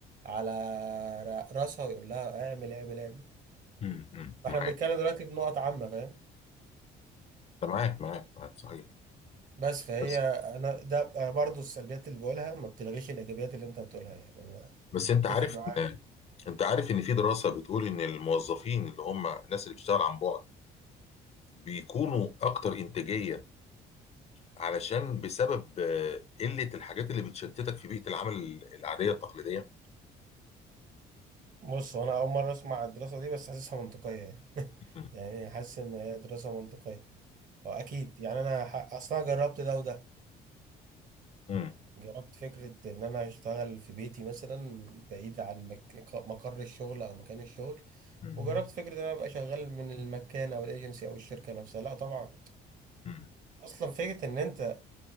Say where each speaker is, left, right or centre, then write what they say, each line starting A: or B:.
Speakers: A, on the right; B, on the left.
A: على ر- راسها ويقول لها اعمل اعمل اعمل
B: امم أمم،
A: فاحنا
B: معاك
A: بنتكلم دلوقتي بنقط عامة فاهم
B: معاك معاك معاك صحيح
A: بس فهي
B: بس
A: انا ده أنا برضو السلبيات اللي بقولها ما بتلغيش الايجابيات اللي انت بتقولها يعني انا
B: بس انت
A: متفق
B: عارف
A: معاك
B: ان انت عارف ان في دراسه بتقول ان الموظفين اللي هم الناس اللي بتشتغل عن بعد بيكونوا اكتر انتاجيه علشان بسبب آه، قله الحاجات اللي بتشتتك في بيئه العمل العاديه التقليديه
A: بص انا اول مره اسمع الدراسه دي بس حاسسها منطقيه يعني <laughs>
B: أمم،
A: يعني حاسس ان هي دراسه منطقيه هو اكيد يعني انا ح... اصلا جربت ده وده
B: أمم،
A: جربت فكره ان انا اشتغل في بيتي مثلا بعيد عن مك... مقر الشغل او مكان الشغل
B: أمم،
A: وجربت فكره ان انا ابقى شغال من المكان او الايجنسي او الشركه نفسها لا طبعا
B: أمم،
A: اصلا فكره ان انت